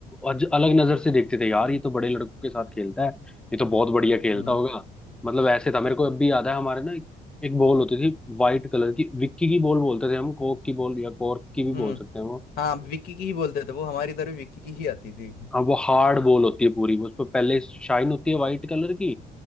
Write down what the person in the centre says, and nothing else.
अज, अलग नजर से देखते थे यार ये तो बड़े लड़कों के साथ खेलता है ये तो बहुत बढ़िया खेलता
होगा मतलब ऐसे था मेरे को अब भी याद है हमारे ना एक, एक बॉल होती थी वाइट कलर की विक्की की बॉल बोलते थे हम कोक की बॉल या कॉर्क की भी
बोल सकते हैं वो
हाँ वो हार्ड बॉल होती है पूरी उस पर पहले शाइन होती है वाइट कलर की